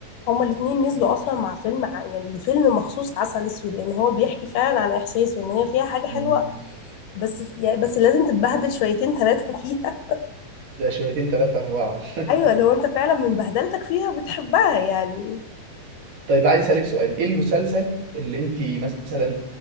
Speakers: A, on the left; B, on the right.
A: هما الاتنين نزلوا اصلا مع فيلم ع- يعني لفيلم مخصوص عسل اسود لان هو بيحكي فعلا عن احساس وان هي فيها حاجه حلوه
B: مم.
A: بس يعني بس لازم تتبهدل شويتين ثلاثه فيها
B: ده شويتين ثلاثة أربعة
A: <laughs>
B: <laughs>
A: ايوه لو انت فعلا من بهدلتك فيها بتحبها يعني
B: طيب عايز أسألك سؤال إيه المسلسل اللي أنت مثلا